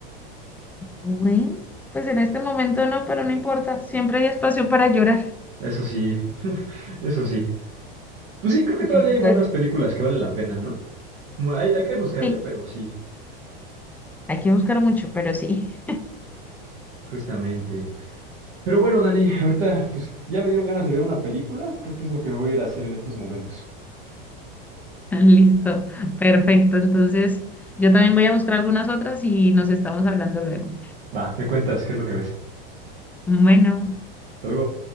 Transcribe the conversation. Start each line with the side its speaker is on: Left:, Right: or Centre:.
Centre: Bueno, pues en este momento no, pero no importa, siempre hay espacio para llorar.
Right: Eso sí, <laughs> eso sí. Pues sí, creo que todavía
Centre: Listo.
Right: hay buenas películas que valen la pena, ¿no? Mu- Hay, hay que buscarle,
Centre: Sí,
Right: pero sí,
Centre: hay que buscar mucho, pero sí.
Right: justamente. Pero bueno, Dani, ahorita pues ya me dieron ganas de ver una película. Creo que es lo que voy a ir a hacer en estos momentos.
Centre: <laughs> Listo, perfecto. Entonces, yo también voy a buscar algunas otras y nos estamos hablando luego.
Right: Va, me cuentas qué es lo que ves.
Centre: Bueno.
Right: Hasta luego.